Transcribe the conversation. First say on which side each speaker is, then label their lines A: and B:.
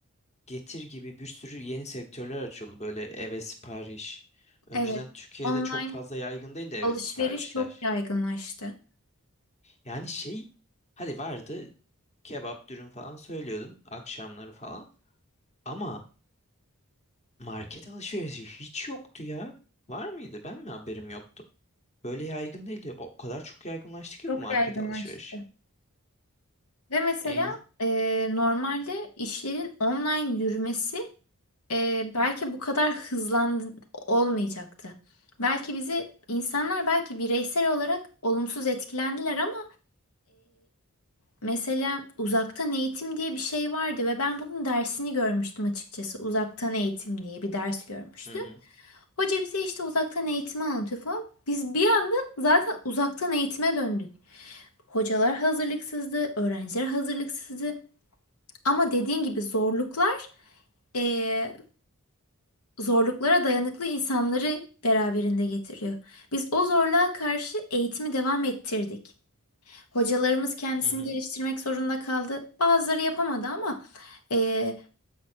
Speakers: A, on the left; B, on the left.
A: Getir gibi bir sürü yeni sektörler açıldı. Böyle eve sipariş. Önceden
B: Evet.
A: Türkiye'de
B: Online
A: çok fazla yaygın değildi eve
B: alışveriş
A: siparişler.
B: çok yaygınlaştı.
A: Yani şey hadi vardı kebap dürüm falan söylüyordun akşamları falan. Ama Market alışverişi hiç yoktu ya. Var mıydı? Ben mi haberim yoktu? Böyle yaygın değildi. O o kadar çok yaygınlaştı ki
B: Çok
A: bu market
B: yaygınlaştı.
A: alışveriş
B: Ve mesela
A: En...
B: e, normalde işlerin online yürümesi e, belki bu kadar hızlandı olmayacaktı. Belki bizi insanlar belki bireysel olarak olumsuz etkilendiler ama Mesela uzaktan eğitim diye bir şey vardı ve ben bunun dersini görmüştüm açıkçası. Uzaktan eğitim diye bir ders görmüştüm.
A: Hı hı,
B: Hoca bize işte uzaktan eğitimi anlatıyor falan. Biz bir anda zaten uzaktan eğitime döndük. Hocalar hazırlıksızdı, öğrenciler hazırlıksızdı. Ama dediğin gibi zorluklar eee, zorluklara dayanıklı insanları beraberinde getiriyor. Biz o zorluğa karşı eğitimi devam ettirdik. Hocalarımız kendisini
A: hı hı.
B: geliştirmek zorunda kaldı. Bazıları yapamadı ama eee,